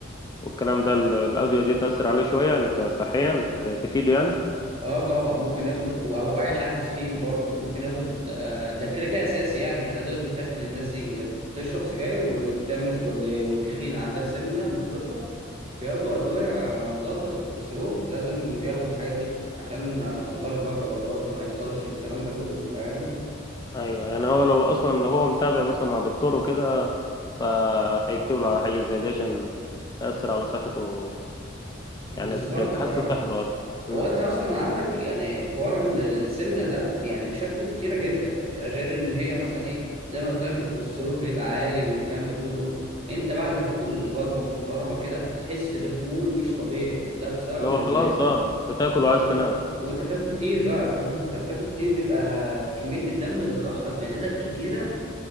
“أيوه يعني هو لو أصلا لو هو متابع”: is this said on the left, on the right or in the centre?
Left